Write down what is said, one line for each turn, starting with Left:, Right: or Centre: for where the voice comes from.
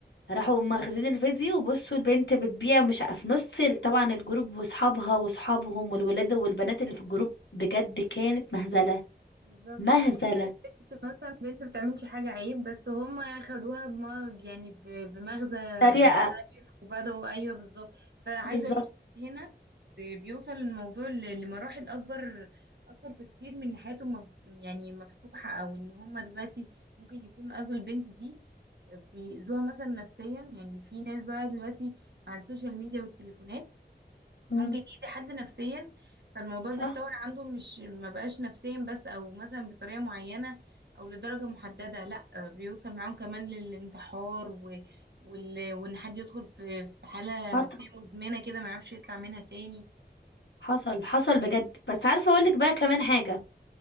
Left: راحوا مخزين الفيديو وبصوا البنت بتبيع مش ع- في نص ال- طبعا الجروب واصحابها واصحابهم والولاد والبنات اللي في الجروب بجد كانت مهزلة
Right: بالظبط
Left: مهزلة
Right: يعني هي البنت مثلا بنت بتعملش حاجة عيب بس هم خدوها بم... يعني ب... بمغزى
Left: سريعة
Right: مختلف وبدأوا أيوه بالظبط فعايزة
Left: بالظبط
Right: أقولك هنا بيوصل الموضوع ل... لمراحل أكبر أكبر بكتير من إن حياته مف... يعني مفتوحة أو إن هم دلوقتي ممكن يكونوا أذوا البنت دي بيأذوها مثلا نفسيا يعني في ناس بقى دلوقتي مع السوشيال ميديا والتليفونات
Left: مم.
Right: ممكن يأذي حد نفسيا فالموضوع
Left: صح
Right: بيتطور عنده مش ما بقاش نفسيا بس او مثلا بطريقة معينة او لدرجة محددة لا آه، بيوصل معاهم كمان للانتحار و... وال... وان حد يدخل في في حالة
Left: حصل
Right: نفسية مزمنة كده ما يعرفش يطلع منها تاني
Left: حصل حصل بجد بس عارفة اقولك بقى كمان حاجة